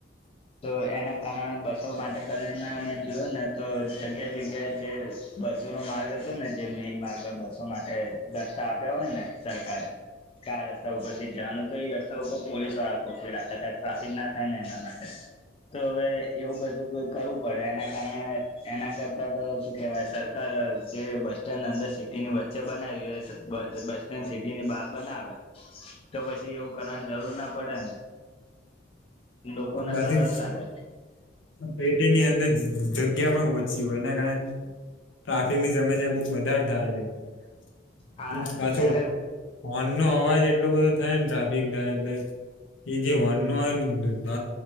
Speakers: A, on the left; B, on the left.
A: તો એના કારણ બસો માટે કરીને જોયું ને તો જગ્યા જગ્યા જે બસો નો માર્ગ હતો ને જે મેઈન માર્ગ બસો માટે રસ્તા આપ્યા હોય ને સરકારે ક રસ્તા ઉપરથી જવાનું તો એ રસ્તા ઉપર પોલીસ વાળા કોસવી રાખ્યા હતાાય ટ્રાફિક ના થાય ને એના માટે તો હવે એવું બધુંઈ કરવું પડે એના કારણે એના કરતા તો શું કેહેવાય સરકાર જે બસ સ્ટેન્ડ અંદર સિટીની વચ્ચે બનાવી બસ સ્ટેન્ડ સિટીની બહાર બનાવે તો પછી એવું કરવાની જરૂર ના પડે ને લોકોને
B: બાકી
A: સરળતાાગે
B: પેટીની અંદર જગ્યા પણ ઓછી હોય એના કારણે ટ્રાફિકની સમસ્યા બહ વધારે થાય છે.
A: હા
B: પાછો
A: ત્યારે
B: હોન નો અવાજ એ એટલો બધો થાય ને ટ્રાફિક થાય એટલે જેવાન <unintelligible>